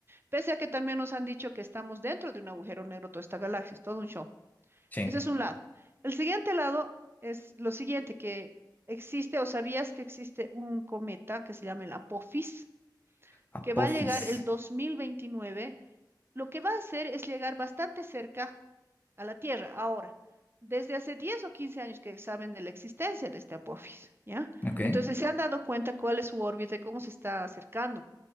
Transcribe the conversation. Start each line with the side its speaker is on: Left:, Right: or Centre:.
Right: Pese a que también nos han dicho que estamos dentro de un agujero negro, toda esta galaxia, es todo un show.
Left: Sí.
Right: Ese es un lado. El siguiente lado es lo siguiente, que existe, o sabías que existe un cometa que se llama el Apophis,
Left: Apophis.
Right: que va a llegar el 2029, lo que va a hacer es llegar bastante cerca a la Tierra. Ahora, desde hace 10 o 15 años que saben de la existencia de este Apophis, ¿ya?
Left: Ok,
Right: Entonces se han dado cuenta cuál es su órbita y cómo se está acercando.